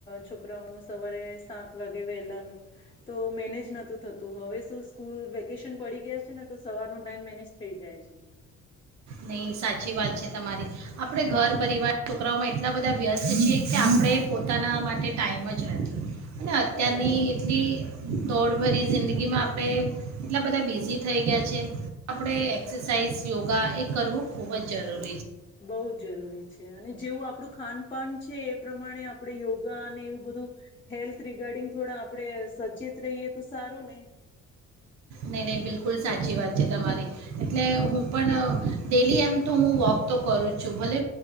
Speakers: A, on the left; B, on the right.
A: છોકરાઓનું સવારે સાત વાગે વહેલાનું તો મેનેજ નોતું થતું હવે શું સ્કૂલ વેકેશન પડી ગયા છે ને તો સવારનું ટાઈમ મેનેજ થઈ ગયા છે.
B: નહી સાચી વાત છે તમારી આપણે ઘર પરિવાર છોકરાઓમાં એટલા બધા વ્યસ્ત છે કે આપણે પોતાના માટે ટાઈમ જ નથી. અને
A: હ
B: અત્યારની
A: મી
B: એટલી દોડ ભરી જિંદગીમાં આપણે એટલા બધા બિઝી થઈ ગયા છે. આપણે એક્સરસાઇઝ, યોગા એ કરવું ખૂબ જ જરૂરી
A: બો જ જરૂરી છે અને જેવું આપડું ખાનપાન છે એ પ્રમાણે આપણે યોગા અને એવું બધું હેલ્થ રિગાર્ડિંગ થોડા આપણે સચેત રહીએ તો સારું ને
B: નહીં નહીં બિલકુલ સાચી વાત છે તમારી એટલે હું પણ ડેલી એમ તો હું વોક તો કરું જ છું. ભલે